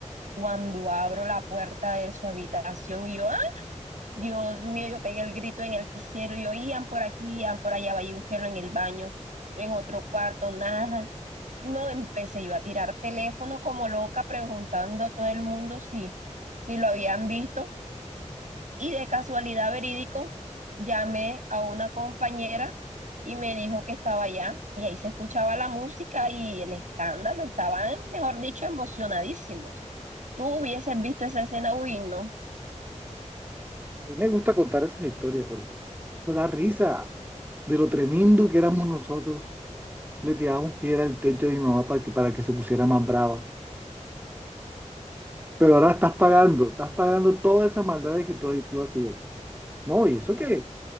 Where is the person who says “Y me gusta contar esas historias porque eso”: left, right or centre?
Right